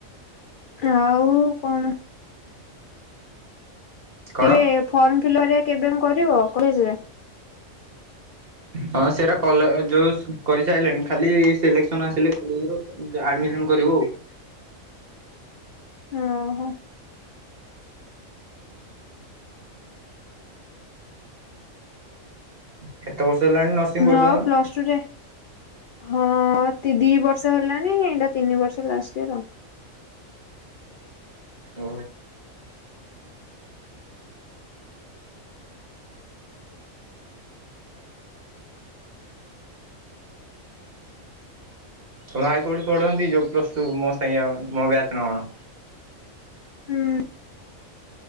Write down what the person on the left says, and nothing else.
ଆଉ କଣ?
ଏବେ ଫର୍ମ <inaudible> ଥିବ କଲେଜ ରେ
ଓହୋ।
ନା
ଆଉ ପ୍ଲସ ଟୁରେ ହଁ ଦି ବର୍ଷ ହେଲାଣିି ଏଇଟା ତିନି ବର୍ଷ ଲାଷ୍ଟ ଇୟର ଆଉ।
ହୁଁ